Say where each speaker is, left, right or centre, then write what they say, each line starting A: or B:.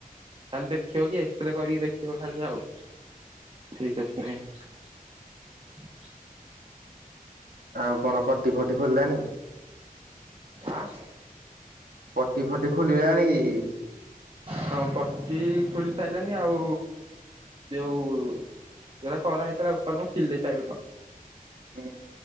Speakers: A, on the right (about 35°); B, on the right (about 75°).
A: ଖାଲି ଦେଖିବ କି ଏକ୍ସରେ କରିକି ଦେଖିବ ଖାଲି ଆଉ। ଠିକ୍ ଅଛି କି ନାହିଁ।
B: ଆଉ କଣ ପଟି ଫଟି ଖୋଲିଲାଣି?
A: ଆଁ।
B: ପଟି ଫଟି ଖୋଲିଲାଣି କି?
A: ହଁ ପଟି ଖୋଲି ସାରିଲାନି ଆଉ ଯୋଉ ଜଉରା ତରା ହେଇଥିଲା ଉପରେ ମ ସିଲେଇ ଟାଇପି ର
B: ହୁଁ।